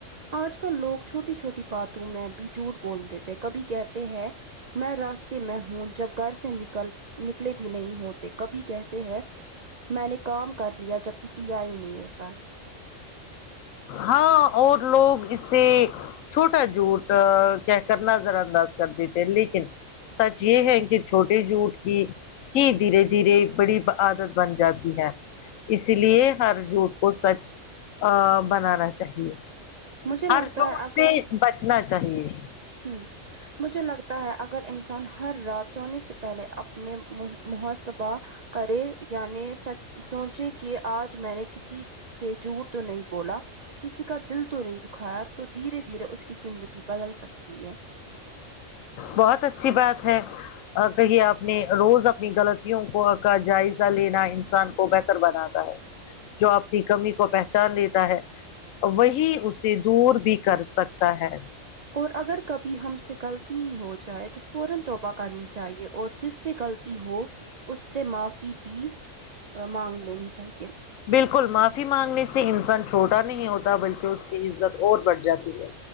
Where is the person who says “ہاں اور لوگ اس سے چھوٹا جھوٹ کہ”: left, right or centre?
Left